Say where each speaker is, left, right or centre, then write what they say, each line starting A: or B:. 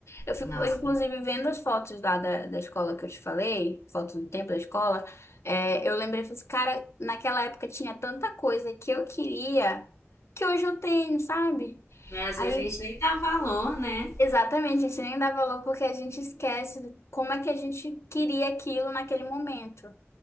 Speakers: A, on the left; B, on the left.
A: Eu fico,
B: Nossa.
A: inclusive, vendo as fotos lá da, da escola que eu te falei, fotos do tempo da escola, é, eu lembrei, falei assim, cara, naquela época tinha tanta coisa que eu queria, que hoje eu tenho, sabe?
B: Mas
A: Aí,
B: às vezes a gente nem dá valor, né?
A: exatamente, a gente nem dá valor porque a gente esquece como é que a gente queria aquilo naquele momento.